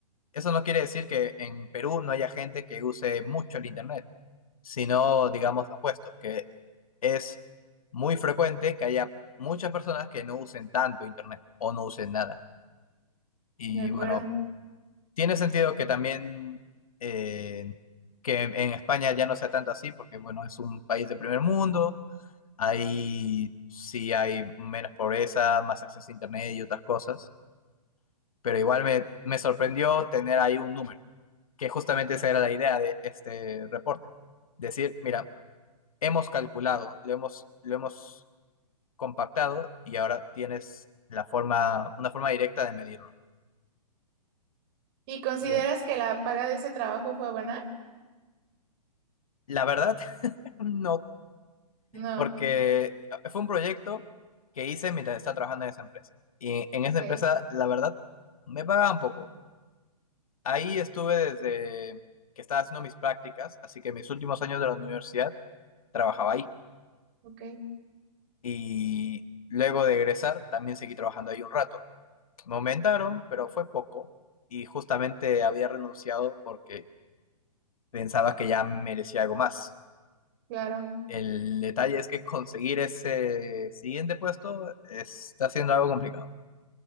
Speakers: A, on the left; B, on the right.
A: eso no quiere decir que en Perú no haya gente que use mucho el Internet sino digamos lo opuesto, que es muy frecuente que haya muchas personas que no usen tanto internet o no usen nada. Y
B: de acuerdo.
A: bueno, tiene sentido que también eh, que en España ya no sea tanto así, porque bueno, es un país de primer mundo, ahí sí hay menos pobreza, más acceso a internet y otras cosas, pero igual me, me sorprendió tener ahí un número, que justamente esa era la idea de este reporte. Decir, mira, hemos calculado, lo hemos, lo hemos compactado y ahora tienes la forma, una forma directa de medirlo.
B: ¿Y consideras
A: Así que,
B: que la paga de ese trabajo fue buena?
A: la verdad, <laughs> no,
B: No,
A: porque fue un proyecto que hice mientras estaba trabajando en esa empresa. Y en
B: ok,
A: esa empresa, la verdad, me pagaban poco. Ahí estuve desde que estaba haciendo mis prácticas, así que mis últimos años de la universidad trabajaba ahí.
B: ok,
A: Y luego de egresar, también seguí trabajando ahí un rato. Me aumentaron, pero fue poco. Y justamente había renunciado porque pensaba que ya merecía algo más.
B: claro.
A: El detalle es que conseguir ese siguiente puesto está siendo algo complicado.